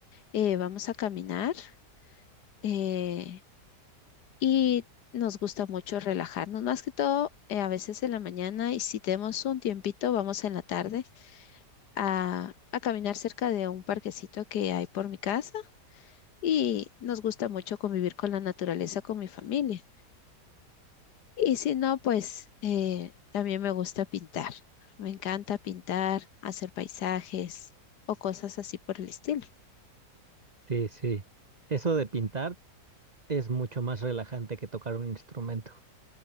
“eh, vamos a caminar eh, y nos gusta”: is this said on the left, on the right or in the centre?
Left